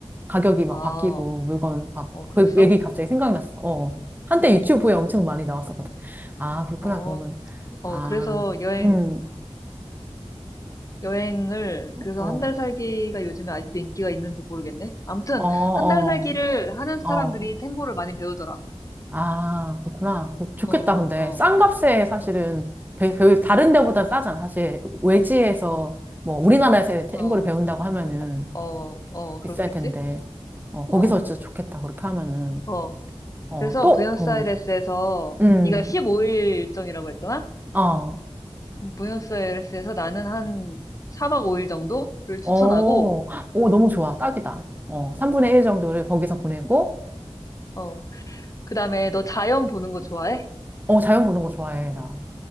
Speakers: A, on the right; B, on the left.
A: 가격이 막
B: 아,
A: 바뀌고 물건 막
B: 어, 그랬어?
A: 그 얘기 갑자기 생각났어. 어. 한때
B: 어,
A: 유튜브에 엄청 많이 나왔었거든. 아, 그렇구나.
B: 어,
A: 그러면.
B: 어,
A: 아,
B: 그래서 여행,
A: 음.
B: 여행을, 그래서
A: 어,
B: 한 달 살기가 요즘에 아직도 인기가 있는지 모르겠네. 아무튼,
A: 어, 어,
B: 한 달 살기를 하는 사람들이
A: 어.
B: 탱고를 많이 배우더라.
A: 아, 그렇구나. 그거 좋겠다,
B: 어,
A: 근데.
B: 어,
A: 싼 값에 사실은
B: 어,
A: 되게 그 다른 데보다 싸잖아. 사실 외지에서 뭐 우리나라에서 탱고를
B: 어,
A: 배운다고 하면은
B: 어, 어, 어, 그렇겠지?
A: 비쌀 텐데. 어, 거기서
B: 어,
A: 진짜 좋겠다. 그렇게 하면은.
B: 어.
A: 어,
B: 그래서
A: 또,
B: 부에노스아이레스에서,
A: 음, 음,
B: 네가 15일 일정이라고 했잖아?
A: 어,
B: 그럼 부에노스아이레스에서 나는 한 4박 5일 정도를 추천하고,
A: 어, 헉, 오, 너무 좋아. 딱이다. 어, 3분의 1 정도를 거기서 보내고,
B: 어, 그 다음에 너 자연 보는 거 좋아해?
A: 어, 자연 보는 거 좋아해, 나.